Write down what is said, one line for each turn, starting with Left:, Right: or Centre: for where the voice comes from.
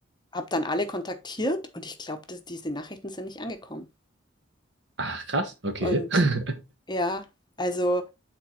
Left: habe dann alle kontaktiert und ich glaube, dass diese Nachrichten sind nicht angekommen.
Right: Ach, krass. Okay.
Left: Und
Right: <laughs>
Left: Ja, also,